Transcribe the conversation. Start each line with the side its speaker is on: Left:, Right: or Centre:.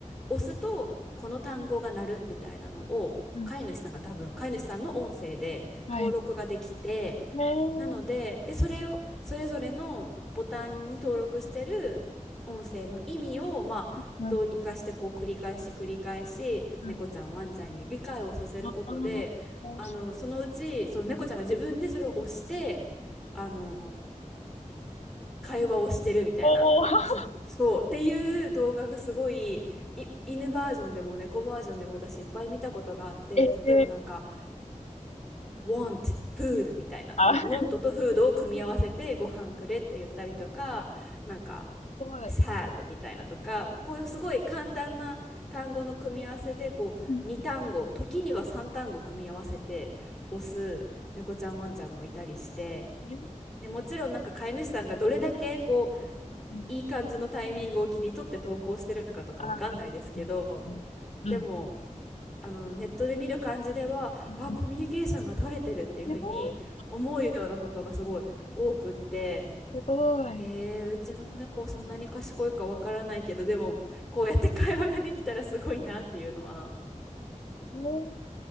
Centre: 押すとこの単語が鳴るみたいなのを飼い主さんが多分飼い主さんの音声で登録ができて
Left: うん。はい。ねえ。
Centre: なので、で、それを、それぞれのボタンに登録してる音声の意味を、まあ、
Left: うん。
Centre: どうにかしてこう繰り返し繰り返し、
Left: うん。
Centre: 猫ちゃん、ワンちゃんに理解をさせることで、
Left: ああ、もうし、
Centre: あの、そのうち、その猫ちゃんが自分でそれを押して、あの、会話をしてるみたいな、
Left: おー、<laughs>
Centre: そ、そう、っていう動画がすごい、い、犬バージョンでも猫バージョンでも私いっぱい見たことがあって、
Left: ええ
Centre: 例えばなんか、want food みたいな。
Left: あ、す
Centre: want と food を組み合わせてご飯くれって言ったりとか、なんか
Left: ごい。
Centre: sad みたいなとか、こういうすごい簡単な単語の組み合わせで、こう2単語、
Left: うん。
Centre: 時には3単語組み合わせて押す猫ちゃんワンちゃんもいたりして、
Left: え
Centre: ねもちろんなんか飼い主さんがどれだけこう
Left: うん。
Centre: いい感じのタイミングを切り取って投稿してるかとかわかんないですけど、
Left: あ、うん。うん。
Centre: でも
Left: うん。
Centre: あのネットで見る感じではあコミュニケーションが取れてるっていうふうに思うようなことがすごい多くって
Left: うんえー、すごい。
Centre: えー、うちの猫そんなに賢いかわからないけどでもこうやって会話ができたらすごいなっていうのは
Left: えー、